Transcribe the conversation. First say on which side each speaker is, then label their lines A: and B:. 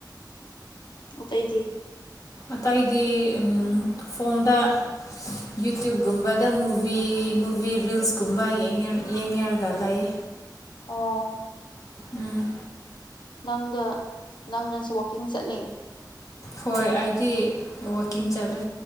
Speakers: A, on the left; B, on the left.
A: ꯑꯇꯩꯗꯤ
B: ꯑꯇꯩꯗꯤ ꯎꯝ ꯐꯣꯟꯗ ꯌꯨꯇ꯭ꯨꯌꯞ ꯒꯨꯝꯕꯗ ꯃꯨꯚꯤ ꯃꯨꯚꯤ ꯔꯤꯜꯁꯀꯨꯝꯕ ꯌꯦꯡꯌꯔ ꯌꯦꯡꯉꯔꯒ ꯂꯩ
A: ꯑꯣ
B: ꯎꯝ
A: ꯅꯪꯗꯣ ꯅꯪꯅꯁꯨ ꯋꯥꯛꯀꯤꯡ ꯆꯠꯂꯤ
B: ꯍꯣꯏ ꯑꯩꯗꯤ ꯋꯛꯀꯤꯡ ꯆꯠꯂꯦ